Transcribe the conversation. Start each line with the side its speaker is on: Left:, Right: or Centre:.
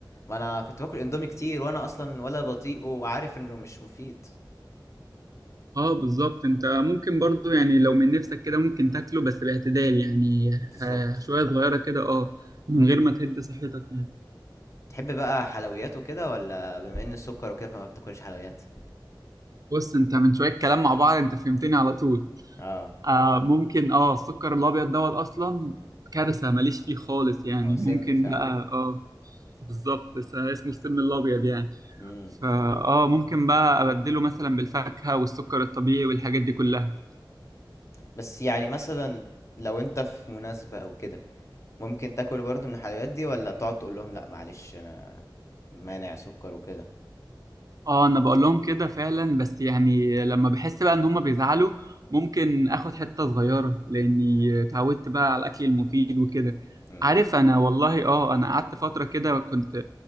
Left: ما انا كنت باكل اندومي كتير وانا اصلا ولا بطيقه وعارف انه مش مفيد
Right: اه بالظبط انت ممكن برضو يعني لو من نفسك كده ممكن تاكله بس باعتدال يعني
Left: بالظبط
Right: آه، شوية صغيرة كده اه من غير ما تهد صحتك يعني
Left: تحب بقى حلويات وكده ولا بما ان السكر وكده فما بتاكلش حلويات
Right: بص انت من شويه كلام مع بعض انت فهمتني على طول
Left: اه
Right: آه ممكن اه السكر الابيض دوت اصلا كارثه ماليش فيه خالص يعني
Left: هو سم
Right: ممكن
Left: فعلا
Right: بقى اه بالظبط بس اسمه السم الابيض يعني
Left: امم
Right: فا اه ممكن بقى ابدله مثلا بالفاكهه والسكر الطبيعي والحاجات دي كلها
Left: بس يعني مثلا لو انت في مناسبة او كده ممكن تاكل برضه من الحلويات دي ولا تقعد تقول لهم لا معلش انا مانع سكر وكده
Right: اه انا بقول لهم كده فعلا بس يعني لما بحس بقى ان هم بيزعلوا ممكن اخد حتة صغيرة لاني اتعودت بقى على الاكل المفيد وكده
Left: امم
Right: عارف انا والله اه انا قعدت فترة كده كنت